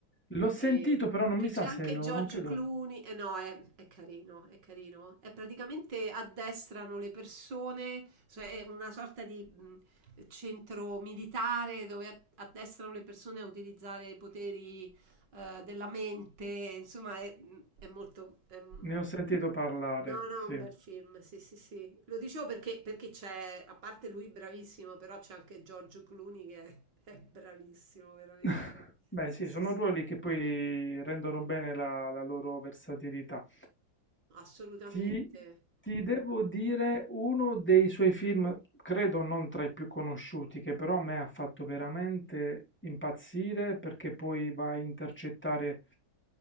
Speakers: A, in the centre; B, on the right (about 65°).
A: L'ho sentito,
B: E-
A: però non mi
B: che
A: sa
B: c'è anche
A: se lo,
B: George
A: non credo.
B: Clooney, e no, è, è carino, è carino. È praticamente addestrano le persone, cioè è una sorta di mh, centro militare dove addestrano le persone a utilizzare i poteri eh, della mente, insomma è, è molto... è un-
A: Ne ho sentito parlare,
B: No, no,
A: sì.
B: un bel film, sì, sì, sì. Lo dicevo perché, perché c'è, a parte lui bravissimo, però c'è anche Giorgio Clooney che è, è bravissimo, veramente.
A: <laughs> Beh,
B: Sì,
A: sì,
B: sì,
A: sono
B: sì,
A: ruoli che poi rendono bene la la loro versatilità.
B: assolutamente.
A: Ti, ti devo dire uno dei suoi film, credo non tra i più conosciuti, che però a me ha fatto veramente impazzire perché poi va a intercettare